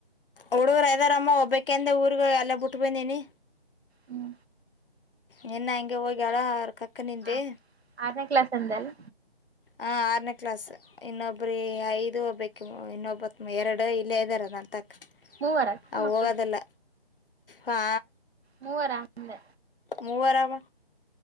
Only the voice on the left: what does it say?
ಹುಡುಗುರು ಅದರಮ್ಮ ಒಬ್ಬಕಂದ ಊರ್ಗ ಹೋಗ್ ಅಲ್ಲೆ ಬುಟ್ ಬಂದೀನಿ.
ನಿನ್ನ ಹಂಗೆ ಹೋಗ್ಯಾಳ ಅವ್ರ ಕಕ್ಕ ನಿಂದೆ.
ಹಾಂ ಆರ್ನೆ ಕ್ಲಾಸ್. ಇನ್ನೊಬ್ರ ಇ ಐದು ಒಬ್ಬಕಿ ಮು ಇನ್ನೊಬ್ಬತ್ ಎರಡ ಇಲ್ಲೇ ಇದರ ನನ್ ತಕ್.
ಆ
ಹೋಗೋದಲ್ಲ ಹಾ.
ಮೂವರವ್